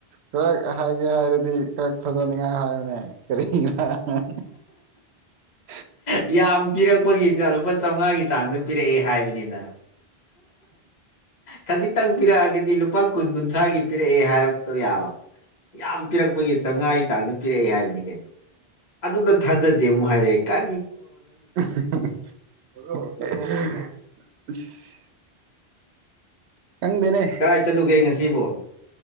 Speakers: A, on the right; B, on the left.
A: ꯈꯔ ꯍꯥꯏꯒꯦ ꯍꯥꯏꯔꯗꯤ ꯈꯔ ꯐꯖꯅꯤꯡꯉꯥꯏ ꯍꯥꯏꯌꯅꯦ <unintelligible>
B: ꯌꯥꯝ ꯄꯤꯔꯛꯄꯒꯤꯗ ꯂꯨꯄꯥ ꯆꯥꯃꯉꯥꯒꯤ ꯆꯥꯡꯗ ꯄꯤꯔꯛꯑꯦ ꯍꯥꯏꯕꯅꯤꯗ ꯈꯖꯤꯛꯇꯪ ꯄꯤꯔꯛꯑꯒꯗꯤ ꯂꯨꯄꯥ ꯀꯨꯟ ꯀꯨꯟꯊ꯭ꯔꯥꯒꯤ ꯄꯤꯔꯛꯑꯦ ꯍꯥꯏꯔꯛꯇꯧ ꯌꯥꯕ ꯌꯥꯝ ꯄꯤꯔꯛꯄꯒꯤ ꯆꯥꯝꯃꯉꯥꯒꯤ ꯆꯥꯡꯗꯨ ꯄꯤꯔꯛꯑꯦ ꯍꯥꯏꯕꯅꯤ ꯑꯗꯨꯗ ꯊꯥꯖꯗꯦ ꯑꯃꯨꯛ ꯍꯥꯏꯔꯛꯑꯦ ꯀ
A: <inaudible> ꯈꯪꯗꯦꯅꯦ
B: ꯀꯔꯥꯏ ꯆꯠꯂꯨꯒꯦ ꯉꯁꯤꯕꯣ